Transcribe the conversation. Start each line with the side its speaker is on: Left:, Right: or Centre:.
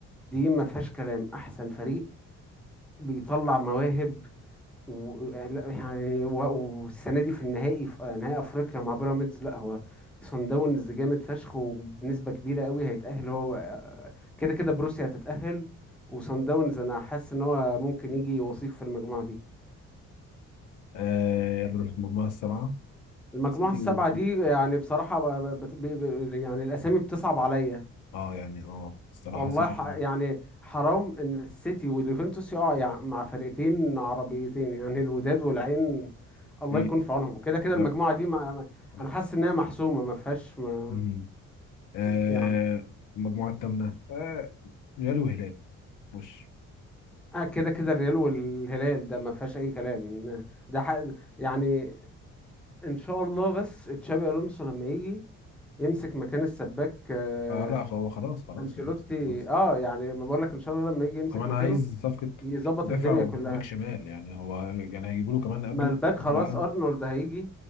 Centre: دي ما فيهاش كلام أحسن فريق بيطلع مواهب و لا، يعني و- والسنه دي في النهائي في نهائي افريقيا مع بيراميدز لا هو صن داونز جامد فشخ وبنسبه كبيره قوي هيتاهل هو كده كده بروسيا هتتاهل وصن داونز انا حاسس ان هو ممكن يجي وصيف في المجموعه دي
Left: آه المجموعة السبعة
Centre: المجموعه
Left: سيتي
Centre: السبعه
Left: و
Centre: دي يعني بصراحه ب... ب... بت- ب... ب- يعني الاسامي بتصعب عليا
Left: اه يعني اه الصراحة
Centre: والله
Left: سيتي
Centre: ح...
Left: و-
Centre: يعني حرام ان السيتي واليوفنتوس يقعوا يعني مع فرقتين عربيتين يعني الوداد والعين الله
Left: إيه،
Centre: يكون في عونهم كده كده
Left: لا
Centre: المجموعه دي ما... ما-
Left: لا
Centre: انا حاسس انها محسومه ما فيهاش ما...
Left: مم. آه
Centre: يعني
Left: المجموعة الثامنة آه ريال وهلال وش
Centre: آه كده كده الريال والهلال ده ما فيهاش اي كلام إن ده حق... يعني ان شاء الله بس تشابي الونسو لما يجي يمسك مكان السباك آه...
Left: اه لا هو خلاص خلاص
Centre: انشيلوتي
Left: يعني خلاص
Centre: اه يعني ما بقول لك ان شاء الله لما يجي يمسك
Left: كمان
Centre: مكانه
Left: عايز صفقة
Centre: يظبط
Left: مدافع
Centre: الدنيا
Left: وباك
Centre: كلها
Left: شمال يعني هو يعني هيجيبوا له كمان قبل
Centre: ما الباك
Left: كأس
Centre: خلاص
Left: العالم
Centre: ارنولد هيجي